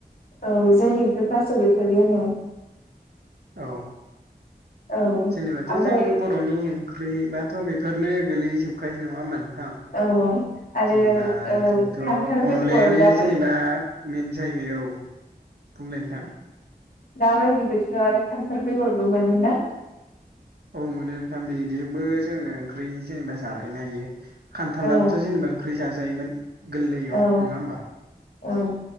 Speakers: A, on the left (about 65°); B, on the right (about 85°).
A: औ जों इखो थास' बिथरि होनो
B: औ
A: औ
B: जेनेबाथ'
A: ओमफ्राय
B: जों बर' बर'नि ओंख्रिबाथ' बेफोरनो गोलैजोबखायो नङा होमबा नों थां
A: औ आरो
B: जेनेबा
A: ओ
B: जोंथ'
A: खान्थाल
B: अनलायानो
A: बेगर दाबो
B: जेनेबा मेन जायैबाय बुंलाय नोंथां
A: दा बायदि बोथोराव आरो खान्थाल बेगरबो मोनोना
B: औ मोनो नोंथां बेजोंबो जोङो ओंख्रि जेनेबा जालायनो हायो खान्थालाबोथ'
A: औ
B: जेनेबा ओं ख्रि जाजायोमोन गोरलैयाव
A: औ
B: नोङा होमबा
A: औ